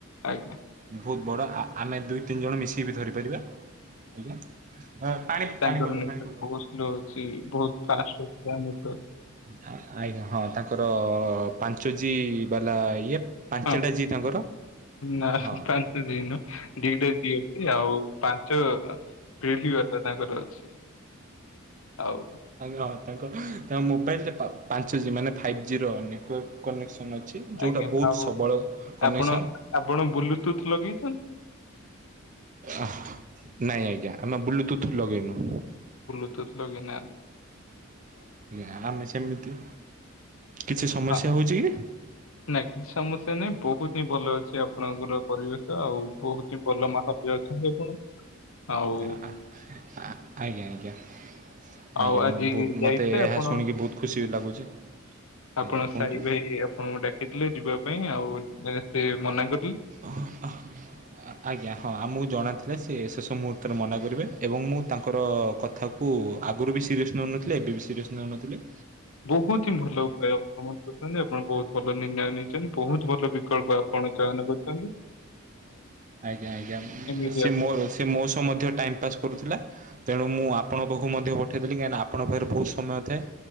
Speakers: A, on the left (about 80°); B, on the right (about 40°).
A: ଆଜ୍ଞା
B: ବହୁତ୍ ବଡ଼ ଆ ଆମେ ଦୁଇ ତିନି ଜଣ ମିଶି ଟିଭି ଧରିପାରିବା ଆଜ୍ଞା ପା ପାଣି ପାଣି
A: ଏଠିକାର
B: ପଡ଼ିଲ
A: ନେଟୱାର୍କ
B: ପାଣି ପଡ଼ିଲ।
A: ବହୁ ସ୍ଲୋ ଅଛି ବହୁତ ଫାର୍ଷ୍ଟ ଏଠିକାର ନେଟୱାର୍କ
B: ହା ହା ଆଜ୍ଞା ହଁ ତାଙ୍କର ପାଞ୍ଚ ଜି ବାଲା ଇଏ। ପାଞ୍ଚଟା
A: ହଁ
B: ଜି ତାଙ୍କର।
A: ନା
B: ହଁ
A: ପାଞ୍ଚ ଜି ନୁହଁ ଦିଇଟା ଜି ଅଛି ଆଉ ପାଞ୍ଚ ପିଢ଼ି ବାପା ତାଙ୍କର ଅଛି। ଆଉ
B: ଆଜ୍ଞା ହଁ ତାଙ୍କ ତା ମୋବାଇଲରେ ପା ପାଞ୍ଚ ଜି ମାନେ ଫାଇଭ୍ ଜି ର ନେଟୱର୍କ କନେକ୍ସ ଅନ ଅଛି। ଯୋଉଟା
A: ଆଜ୍ଞା
B: ବହୁତ
A: ଆଉ
B: ସବଳ କନେକ୍ସନ।
A: ଆପଣ ଆପଣ ବ୍ଲୁଟୁଥ୍ ଲଗେଇଛନ୍ତି?
B: ଆହ, ନାଇଁ ଆଜ୍ଞା ଆମେ ବୁଲୁଟୁଥ୍ ଲଗେଇନୁ।
A: ବୁଲୁଟୁଥ୍ ଲଗେ ନା।
B: ନା ଆମେ ସେମିତି କିଛି ସମସ୍ୟା
A: ଆ
B: ହଉଛି କି?
A: ନାଇଁ କି ସମସ୍ୟା ନାହିଁ ବୋ ବହୁତି ହିଁ ଭଲ ଅଛି ଆପଣଙ୍କର ପରିବେଶ ଆଉ ବହୁତି ହିଁ ଭଲ ମହାପିୟ ଅଛନ୍ତି ଆପଣ। ଆଉ
B: ଆ ଆ ଆଜ୍ଞା ଆଜ୍ଞା। ଆଜ୍ଞା
A: ଆଉ ଆଜି
B: ମୁଁ ବହୁତ
A: ଯାଇଥିଲେ
B: ମୋତେ ଏହା
A: ଆପଣ
B: ଶୁଣିକି ବହୁତ ଖୁସି ବି ଲାଗୁଛି। ଆଜ୍ଞା
A: ଆପଣ
B: କୁହନ୍ତୁ।
A: ସାଇ ଭାଇ ଆପଣଙ୍କୁ ଡାକିଥିଲେ ଯିବା ପାଇଁ ଆଉ ଏ ସେ ମନା କରିଲେ।
B: ଅହ ଅହ, ଅ ଆଜ୍ଞା ହଁ ଆମକୁ ଜଣା ଥିଲା ସେ ଶେଷ ମୁହୂର୍ତ୍ତରେ ମନା କରିବେ ଏବଂ ମୁଁ ତାଙ୍କର କଥାକୁ ଆଗରୁ ବି ସିରିଅସ୍ ନଉନଥିଲେ ଏ ଏବେ ବି ସିରିୟସ୍ ନଉନଥିଲେ।
A: ବହୁତ ହିଁ ଭଲ ଉପାୟ ଆପଣ କରୁଛନ୍ତି। ଆପଣ ବହୁତ ଭଲ ନିର୍ଣ୍ଣୟ ନେଇଛନ୍ତି। ବହୁତ ଭଲ ବିକଳ୍ପ ଆପଣ ଆପଣ ଚୟନ କରୁଛନ୍ତି।
B: ଆଜ୍ଞ ଆଜ୍ଞା।
A: ଏମିତି
B: ସେ
A: ଆପଣ
B: ମୋର ସେ ମୋ ସହ ମଧ୍ୟ ଟାଇମ ପାସ୍ କରୁଥିଲା ତେଣୁ ମୁଁ ଆପଣଙ୍କ ପାଖକୁ ମଧ୍ୟ ପଠେଇଦେଲି କାହିଁକିନା ଆପଣଙ୍କ ପାଖରେ ବହୁତ ସମୟ ଥାଏ।